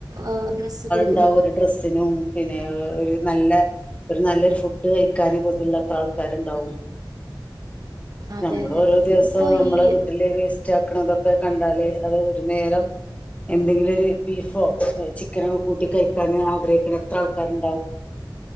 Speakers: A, on the right; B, on the left.
A: ആ ഡ്രസ്സ് കൊടു
B: എന്താ ഒര് ഡ്രസ്സിനും പിന്നെ ഏ ഒര് നല്ല ഒരു നല്ലൊരു ഫുഡ് കഴിക്കാന് കൊതിയിള്ളെത്ര ആൾക്കാര്ണ്ടാവും
A: അതെ
B: നമ്മള്
A: അതെ
B: ഓരോ ദിവസവും
A: ഇപ്പോൾ
B: നമ്മളെ
A: ഈ
B: വീട്ടില് വേസ്റ്റാക്കണതൊക്കെ കണ്ടാലേ അത് ഒരു നേരം എന്തെങ്കിലും ഒരു ബീഫോ ചിക്കനോ കൂട്ടി കഴിക്കാൻ ആഗ്രഹിക്ക്ണ എത്ര ആൾക്കാര്ണ്ടാവും